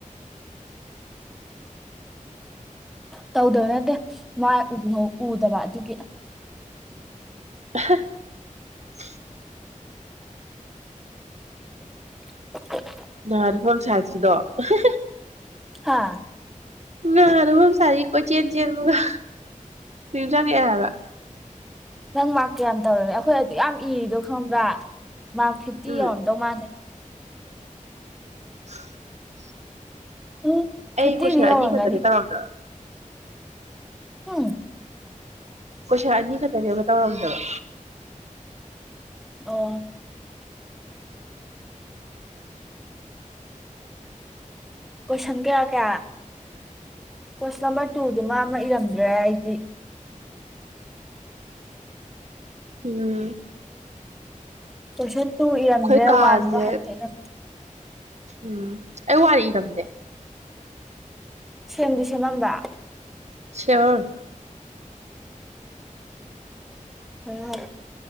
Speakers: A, in the centre; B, on the right.
A: ꯇꯧꯗꯕ ꯅꯠꯇꯦ ꯃꯥꯏ ꯎꯗꯕ ꯑꯗꯨꯒꯤ
B: <inaudible>
A: <inaudible>
B: ꯅꯍꯥꯟ ꯍꯣꯝꯁꯥꯟꯢꯁ ꯀꯤꯗꯣ <inaudible> <unintelligible>
A: ꯍꯥ
B: ꯅꯗꯕ ꯃꯨꯛ ꯁꯥꯔꯤ ꯀꯣꯢꯆꯦꯟ ꯆꯦꯟꯕꯒ ꯅꯤꯡꯖꯪ ꯑꯦ ꯍꯥꯏꯕ
A: ꯅꯪ ꯃꯥꯥꯛ ꯌꯥꯝ ꯇꯧꯔꯃꯤ ꯑꯩꯈꯣꯏ ꯑꯗꯨ ꯌꯥꯝ ꯏꯔꯤꯗꯣ ꯈꯪꯕ꯭ꯔꯥ ꯃꯥꯛ ꯐꯤꯐꯇꯤ
B: ꯎꯝ
A: ꯌꯥꯎꯔꯝꯗꯧ ꯃꯥꯥꯟꯅꯦ
B: <inaudible>
A: ꯎꯝ ꯐꯤꯐꯇꯤꯗꯤ
B: ꯑꯩ ꯀꯣꯏꯁꯟ
A: ꯌꯧꯔꯝꯒꯅꯤ
B: ꯑꯅꯤ ꯈꯛꯇꯅꯦ ꯇꯧꯔꯝꯗꯕ
A: ꯍꯨꯝ
B: ꯀꯣꯢꯁꯟ ꯑꯅꯤ ꯈꯛ ꯁꯕꯖꯦ ꯑꯃ ꯇꯧꯔꯝꯗ꯭ꯔꯕ
A: ꯑꯣ ꯀꯣꯏꯁꯟ ꯀꯌꯥ ꯀꯌꯥ ꯀꯣꯏꯁꯟ ꯅꯝꯕꯔ ꯇꯨꯗꯨꯃ ꯑꯃ ꯏꯔꯝꯗ꯭ꯔꯦ ꯑꯩꯗꯤ
B: ꯎꯝ
A: ꯀꯣꯢꯁꯟ ꯇꯨ ꯏꯔꯝꯗ꯭ꯔꯦ
B: ꯑꯩꯈꯣꯏ ꯀꯥꯁꯦ
A: ꯋꯥꯟꯗꯣ ꯍꯥꯏꯐꯠꯇꯥꯡ
B: ꯎꯝ ꯑꯩ ꯋꯥꯟ ꯏꯔꯝꯗꯦ
A: ꯁꯦꯝꯗꯤ ꯁꯦꯝꯃꯝꯕ
B: ꯁꯤꯌꯝ
A: ꯍꯥꯏꯌꯨ ꯍꯥꯏꯌꯨ